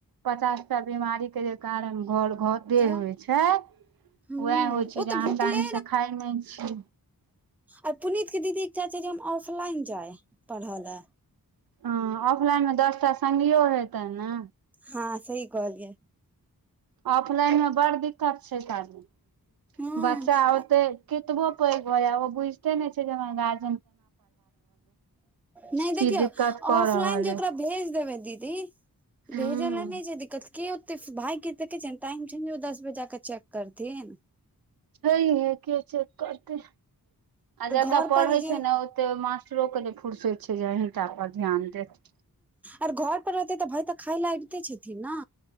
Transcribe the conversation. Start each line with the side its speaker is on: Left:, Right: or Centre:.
Right: पचासटा बीमारी के जे कारण घर होइ
Centre: तऽ
Right: छै
Centre: ह
Right: वैह होइ छै
Centre: ओ
Right: जे
Centre: तऽ
Right: अहाँ
Centre: भुखले
Right: टाइमसँ खाय नहि छी।
Centre: ओर पुनीत के दीदी चाहै छै जे हम ऑफलाइन जाइ पढ़य ले
Right: हूँ ऑफलाइन मे दसटा संगियो हेतैन ने
Centre: ह सही कहलियै
Right: ऑफलाइन मे बड़ दिक्कत छै चाची
Centre: हँ
Right: बच्चा ओते कतबो पैघ भऽ जाय ओ बुइझते नै छै जे हमरा गार।
Centre: न
Right: की
Centre: देखियौ
Right: दिक्कत कऽ
Centre: ऑफलाइन
Right: रहल
Centre: जेकरा
Right: अइ
Centre: भेज देबै दीदी
Right: हूँ
Centre: भेजै लऽ नै छै दिक्कत क तीस भाय के देखैछैन टाइम छै ने दस बजे जाके चेक करथिन
Right: छै हे के चेक करते आ जतऽ
Centre: घर
Right: पढ़ैय
Centre: पर जे
Right: छै न मास्टरो के नैय फुर्सत छैय जे अहीटा पर ध्यान देत
Centre: और घर पर रहतै तऽ भाय तऽ खाय लाय दै छथिन नै